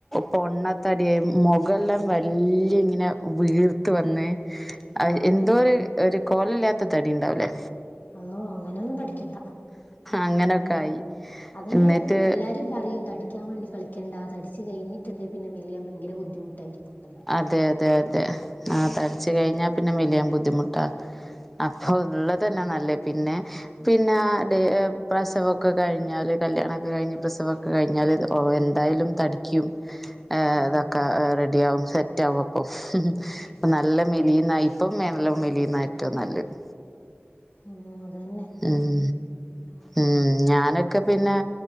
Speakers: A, in the centre; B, on the left (about 45°).
A: പൊണ്ണത്തടിയായി മുഖല്ലാം വല്യ ഇങ്ങനെ വീർത്ത് വന്ന്. ആ
B: ഉം
A: എന്തോ ഒര് ഒരു കോല ഇല്ലാത്ത തടി ഇണ്ടാവൂലേ.
B: അള്ളോ അങ്ങനൊന്നും തടിക്കണ്ട.
A: അങ്ങനൊക്കെ
B: ഉം
A: ആയി
B: അതന്നെ
A: എന്നിട്ട്
B: എല്ലാരും പറയും തടി. തടിക്കാൻ വേണ്ടി കളിക്കണ്ട തടിച്ച് കഴിഞ്ഞ്ട്ട്ണ്ടെ പിന്നെ മെലിയാൻ ഭയങ്കര ബുദ്ധിമുട്ടായിരിക്കും. നല്ല
A: അതെ, അതെ, അതെ ആഹ് തടിച്ച് കഴിഞ്ഞാ പിന്നെ മെലിയാൻ ബുദ്ധിമുട്ടാ. അപ്പോ ഉള്ളത് ന്ന നല്ലെ പിന്നെ. പിന്നെ ഡ പ്രസവോക്കെ കഴിഞ്ഞാല് കല്യാണോക്കെ കഴിഞ്ഞ് പ്രസവോക്കെ കഴിഞ്ഞാലിത്. ഓ എന്തായാലും തടിക്കും. ആ
B: ആഹ്
A: അതൊക്കെ റെഡിയാവും സെറ്റാവും അപ്പം
B: ഉം
A: നല്ല മെലിയുന്നയി. ഇപ്പം മെനലാവും മെലിയുന്ന ഏറ്റവും നല്ലത്.
B: ഉം അതന്നെ
A: ഉം
B: എന്നാ ശരിയാ.
A: ഉം ഞാനൊക്കെ. പിന്നെ